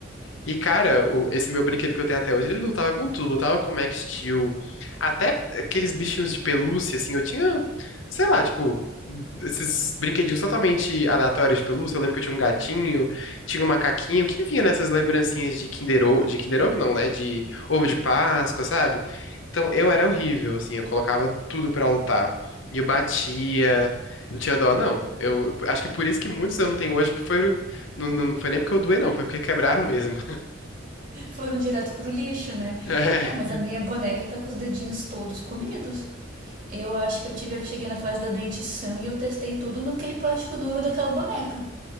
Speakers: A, on the left; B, on the right.
A: E, cara, o- esse meu brinquedo que eu tenho até hoje, ele lutava com tudo, lutava com Max Steel, até aqueles bichinhos de pelúcia, assim, eu tinha, sei lá, tipo, esses brinquedinhos totalmente aleatórios de pelúcia, eu lembro que eu tinha um gatinho, tinha um macaquinho, que vinha nessas lembrancinhas de Kinder Ovo, de Kinder Ovo não, né, de ovo de Páscoa, sabe? Então, eu era horrível, assim, eu colocava tudo pra lutar, e eu batia... Não tinha dó, não. Eu acho que por isso que muitos eu não tenho hoje foi, não, não não foi nem porque eu doei, não. Foi porque quebraram mesmo.
B: Foram direto pro lixo, né?
A: É,
B: Não, mas a minha boneca tá com os dedinhos todos comidos. Eu acho que eu tive, eu cheguei na fase da dentição e eu testei tudo naquele plástico duro daquela boneca.